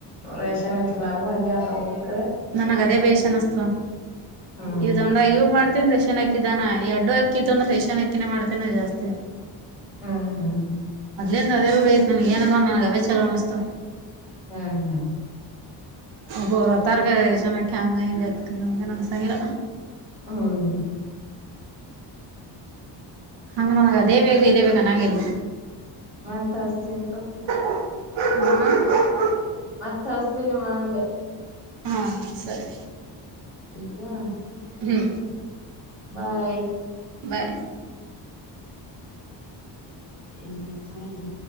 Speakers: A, in the centre; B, on the right.
A: ರೇಷನ್ ಅಕ್ಕಿ ಒಳಗೆಲ್ಲ ತೊಗರಿ.
B: ನನ್ಗ ಅದೇ ಬೇಶು ಅನಿಸ್ತು
A: ಹ್ಮ್
B: ಇದರಿಂದ ಏನು ಮಾಡ್ತಿನ್ನಿ ರೇಷನ್ ಅಕ್ಕಿ ಬ್ಯಾನ್ ಎಡ್ಡೆ ಹಾಕ್ಕಿದ್ದನ್ನ ರೇಷನ್ ಅಕ್ಕಿನೇ ಮಾಡುಬೇಕನೆ ಜಾಸ್ತಿ
A: ಹ್ಮ್ ಹ್ಮ್ ಹ್ಮ್
B: ಏನು ರವೆ ರವೆ ಐತೆ ನಿನಗೆ ಏನಾನ ರವೆ ಚಲೋ ಅನಿಸುತ್ತ್
A: ನಾನೂ
B: ಒಬ್ಬರತಾರ್ಗ ಜನಕ್ಕೆ ಹಂಗ ಹಂಗಗೆತ್ ನ ನನ್ಸಂಗರ
A: ಹ್ಮ್
B: ಹಂಗ ನನಗೆ ಅದೇ ಬೇಗ ಇದೆೇ ಬೇಕನ್ನಂಗಲ್ಲ
A: ಹಾ ತಸ್ತೀ ಉಂತು
B: ಹ್ಮ
A: ಮತ್ ಹಸ್ತೀಿನಿ ಮಾ ಅಂದೆ
B: ಹಾ ಸರಿ
A: ಇಲ್ಲಾ
B: ಹ್ಮ್
A: ಬಾಯ್
B: ಬಾಯ್
A: ಇಲ್ಲಿ ವರ್ತವ ಇದು